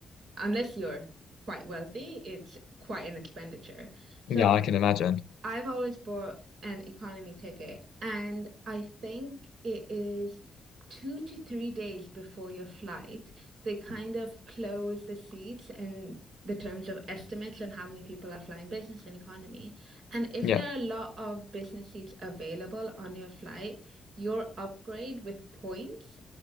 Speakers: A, on the right; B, on the left.
A: unless you're quite wealthy, it's quite an expenditure. So
B: Yeah, I can imagine.
A: I've always bought an economy ticket, and I think it is two to three days before your flight. They kind of close the seats and the terms of estimates and how many people are flying business and economy. And if
B: Yeah.
A: there are a lot of business seats available on your flight, your upgrade with points